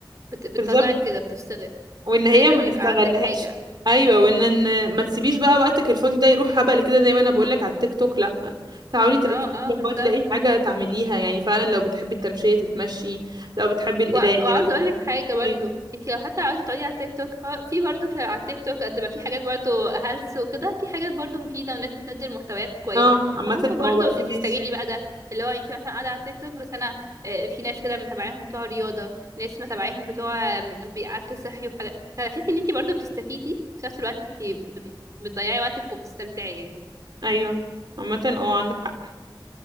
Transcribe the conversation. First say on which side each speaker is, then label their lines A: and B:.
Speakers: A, on the right (about 40°); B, on the right (about 60°).
A: بت- بتطلعك
B: بالظبط
A: كده بتفصلك
B: وان هي
A: لازم
B: ما
A: يبقى
B: نستغلهاش
A: عندك حاجه
B: ايوه وان إن ما تسيبيش بقى وقتك الفاضي ده يروح هبل كده زي ما انا بقولك على التيك توك لا تعالي تركزي
A: اه اه بالظبط
B: لو تلاقي حاجه تعمليها يعني فعلا لو بتحبي التمشيه تتمشي لو بتحبي القرايه
A: وع- وعاوزه
B: لو بتحبي
A: اقول لك حاجه برضو
B: أيوة.
A: انت لو حتى عاوزه تقعدي على التيك توك ف- في برضو في على التيك توك قد ما في حاجات برضو هلس وكده في حاجات برضو مفيده وناس بتنزل محتويات كويسه
B: اه عامه
A: فممكن برضو
B: اه بقى
A: تستغلي
B: في ناس
A: بقى ده اللي هو انت مثلا قاعده على التيك توك بس انا آه، في ناس كده متابعاهم بتوع رياضه ناس متابعاهم بتوع آم، اكل صحي وحاجات فتحسي ان انت برضو بتستفيدي في نفس الوقت انت ب- بتضيعي وقتك وبتستمتعي يعني
B: ايوه عامه اه عندك حق